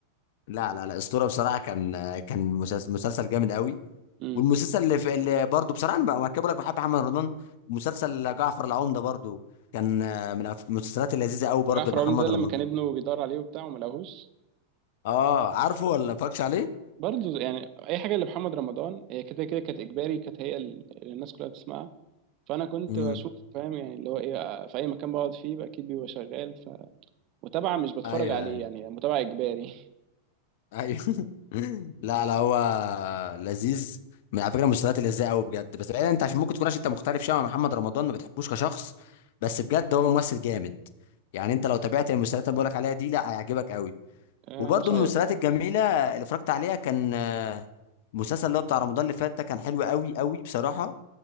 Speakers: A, on the left; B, on the right.
A: لا لا لا اسطوره بصراحه كان كان مسلسل مسلسل جامد قوي
B: امم
A: والمسلسل اللي, في اللي برضه بصراحه انا بقى مركبه لك بحب محمد رمضان مسلسل جعفر العمده برضه كان آه، من الأف- المسلسلات اللذيذه قوي برضه
B: وجعفر
A: لمحمد
B: عمده ده لما
A: رمضان
B: كان ابنه بيدور عليه وبتاع وما لقاهوش
A: اه عارفه ولا فاكش عليه
B: برضه يعني اي حاجه لمحمد رمضان هي كده كده كانت اجباري كانت هي ال- اللي الناس كلها بتسمعها فانا كنت
A: امم
B: بشوف فاهم يعني اللي هو ايه في اي مكان بقعد فيه بقى اكيد بيبقى شغال فمتابعه مش بتفرج
A: ايوه
B: عليه
A: ايوه
B: يعني متابعه اجباري
A: ايوه <laughs> لا لا هو لذيذ من على فكره المسلسلات اللذيذه قوي بجد بس بعيدا انت عشان ممكن تكون عشان انت مختلف شويه مع محمد رمضان ما بتحبوش كشخص بس بجد هو ممثل جامد يعني انت لو تابعت المسلسلات اللي بقولك عليها دي لا هيعجبك قوي
B: <laughs> آه،
A: وبرضه
B: مش عارف
A: من المسلسلات الجميله اللي اتفرجت عليها كان آه، مسلسل اللي هو بتاع رمضان اللي فات ده كان حلو قوي قوي بصراحه